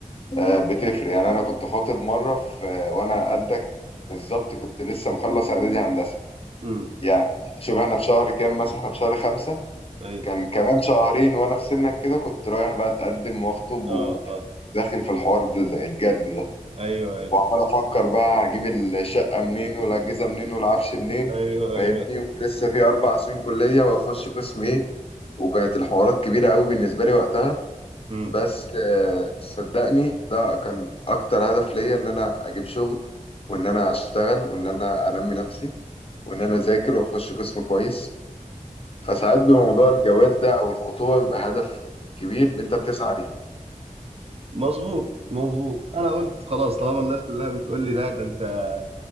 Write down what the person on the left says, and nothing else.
آه، بتفرق يعني أنا كنت خاطب مرة في آه، وأنا
قدك بالظبط كنت لسه مخلص إعدادي هندسة
يعني شبه إحنا في شهر كام مثلا إحنا في شهر خمسة
كان كمان شهرين وأنا في سنك كده كنت رايح بقى أتقدم وأخطب
وداخل
في الحوار ال- الجد ده
وعمال أفكر بقى هجيب الشقة منين والأجهزة منين والعفش منين
فاهمني
ولسه في أربع سنين كلية وأخش قسم إيه وكانت الحوارات كبيرة قوي بالنسبة لي وقتها
بس آه، صدقني ده كان أكتر هدف ليا إن أنا أجيب شغل وإن أنا أشتغل وإن أنا أنمي نفسي وإن أنا أذاكر وأخش قسم كويس فساعات بموضوع الجواز ده أو الخطوبة بيبقى هدف كبير أنت بتسعى ليه